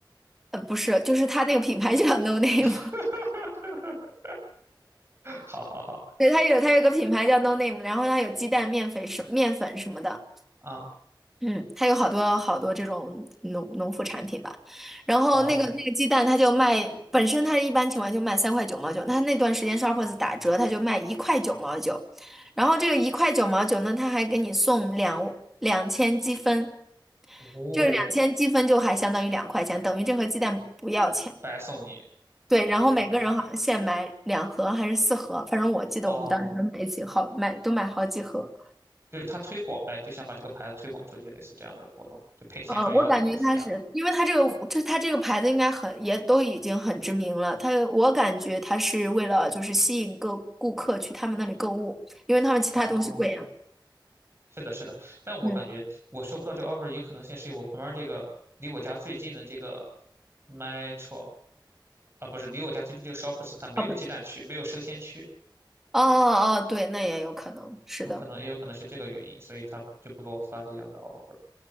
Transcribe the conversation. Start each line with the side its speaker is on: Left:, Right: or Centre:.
Centre: 呃不是，就是它那个品牌就叫 no name，
Right: <laughs> 好好好，
Centre: <laughs> 对，它有它有个品牌叫 no name，然后它有鸡蛋、面粉什面粉什么的，
Right: 啊，
Centre: 嗯，它有好多好多这种农农副产品吧，然后那个那个鸡蛋，
Right: 哦，
Centre: 它就卖，本身它一般情况就卖三块九毛九，它那段时间 Shoppers 打折，它就卖一块九毛九，然后这个一块九毛九呢，它还给你送两两千积分，
Right: 哦，
Centre: 这两千积分就还相当于两块钱，等于这盒鸡蛋不要钱。
Right: 白送你。
Centre: 对，
Right: 哦
Centre: 然后每个人好像限买两盒还是四盒，反正我记得我们当时都买几好买都买好几盒。
Right: 哦，就是他推广呗，就想把这个牌子推广出去，类似这样的活动，就赔钱赚吆喝，
Centre: 嗯，我感觉它是，
Right: 类似这样的。
Centre: 因为它这个这它这个牌子应该很也都已经很知名了。它我感觉它是为了就是吸引各顾客去他们那里购物，因为他们其他东西贵呀。
Right: 哦，是的，是的，但我感觉我收不到这个
Centre: 嗯，
Right: offer 一个可能性是我旁边这个离我家最近的这个 Metro 啊，不是离我家最近这个 Shoppers 它没有鸡蛋区，
Centre: 好吧
Right: 没有生鲜区，
Centre: 哦哦，对，那也有可能是的。
Right: 有可能也有可能是这个原因，所以他就不给我发这样的 offer。